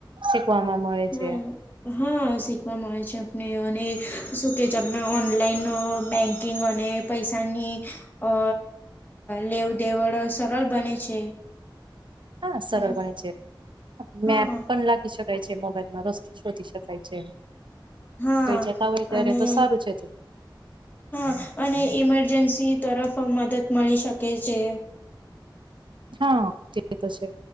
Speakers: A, on the right (about 70°); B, on the left (about 20°).
A: શીખવામાં મળે
B: હમ
A: છે
B: હા શીખવા મળે છે આપણે અને શું કહે છે આપણાં ઓનલાઈન બેન્કિંગ અને પૈસાની અ લેવ દેવડ સરળ બને છે
A: હા સરળ
B: અને
A: બને છે
B: હા
A: મેપ પણ લખી શકાય છે મોબાઈલમાં ર શોધી શકાય છે
B: હા
A: કઈ જતા હોય ત્યારે
B: અને
A: તો સારું છે ત
B: હા અને ઈમરજન્સી તરફ મદદ મળી શકે છે
A: હા તે તો છે